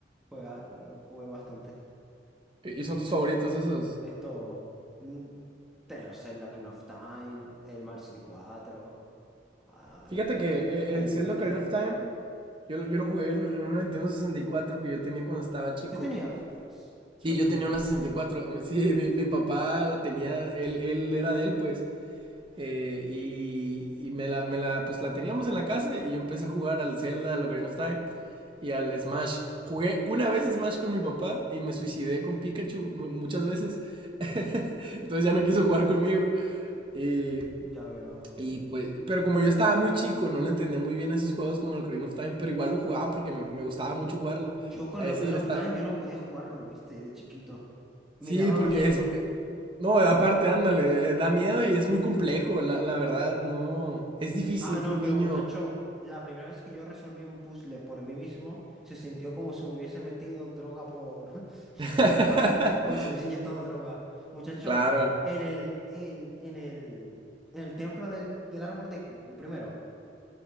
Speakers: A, in the centre; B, on the right (about 30°).
A: Juega, jugué bastante.
B: ¿Y y son tus favoritos esos?
A: Esto, mm, tengo Zelda Ocarina of Time, el Mario 64. Ah, Hay,
B: Fíjate
A: hay,
B: que
A: hay, hay-
B: eh, el Zelda
A: hay
B: Ocarina
A: que...
B: of Time, yo, lo- yo lo jugué en, en una Nintendo 64 que yo tenía cuando estaba chico.
A: Sí tenía eh, s- suertudo,
B: Sí, yo tenía una 64. Sí, mi, mi papá la tenía, él, él era de él, pues. Eh, y y me, la, me la, pues la teníamos en la casa y yo empecé a jugar al Zelda, al Ocarina of Time y al Smash. Jugué una vez Smash con mi papá y me suicidé con Pikachu mu- muchas veces. <laughs> Entonces ya no quiso jugar conmigo. Y,
A: ya veo.
B: y, pues, pero como yo estaba muy chico, no le entendía muy bien esos juegos como el Ocarina of Time, pero igual lo jugaba porque me, me gustaba mucho jugarlo.
A: Yo con
B: A
A: el
B: ese
A: Ocarina
B: y el Star,
A: of Time, yo no podía jugarlo, ¿viste? De chiquito. Me
B: Sí,
A: daba
B: porque
A: miedo.
B: es... eh, No, aparte, ándale, eh, da miedo y es muy complejo, la, la verdad, no. Es difícil
A: Ah, no,
B: que un
A: pero
B: niño...
A: muchacho, la primera vez que yo resolví un puzzle por mí mismo, se sintió como si me hubiese metido droga por...
B: <laughs>
A: <laughs> por- como si me hubiese inyectado droga. Muchacho,
B: Claro.
A: en el, el, en el, en el templo del, del árbol Deku, el primero.